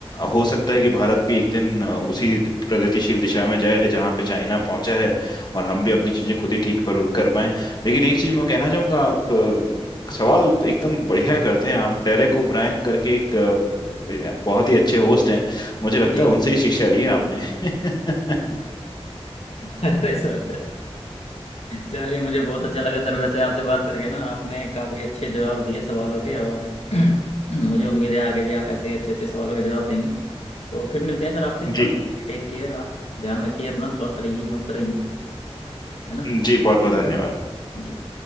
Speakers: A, on the left; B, on the left.
A: हो सकता है कि भारत भी एक दिन अ, उसी प्रगतिशील दिशा में जाए जहां पे चाइना पहुंचा है और हम भी अपनी चीजें खुद ही ठीक पर कर पाए लेकिन एक चीज मैं कहना चाहूंगा आप अ, सवाल एकदम बढ़िया करते हैं आप डेरेक ओब्रायन करके एक अ, बहुत ही अच्छे होस्ट हैं मुझे लगता
B: जी
A: है उनसे ही शिक्षा ली है आपने <laughs>
B: अरे सर चलिए मुझे बहुत अच्छा लगा सर वैसे आपसे बात करके ना आपने काफ़ी अच्छे जवाब दिए सवालों के और <clears throat> मुझे उम्मीद है आगे भी आप ऐसे ही अच्छे अच्छे सवालों के जवाब देंगे तो फिर मिलते हैं सर आपसे
A: जी
B: तब तक टेक केयर आप ध्यान रखिए अपना स्वस्थ रहिए मस्त रहिए है ना
A: जी बहुत बहुत धन्यवाद
B: जी